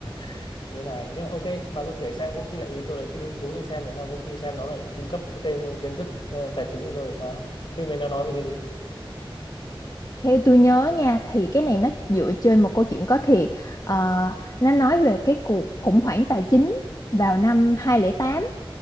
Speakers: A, on the left (about 60°); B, on the left (about 40°).
A: <laughs> như này. Nhưng ok, bà cứ kể xem có khi lại tôi lại thích hứng thú tôi xem thì sao có khi xem nó lại cung cấp thêm kiến thức ờ, tài chính cho tôi thì sao? Phim đấy nó nói về cái gì?
B: Theo tôi nhớ nha thì cái này nó dựa trên một câu chuyện có thiệt Ờ, nó nói về cái cuộc khủng hoảng tài chính vào năm hai không không tám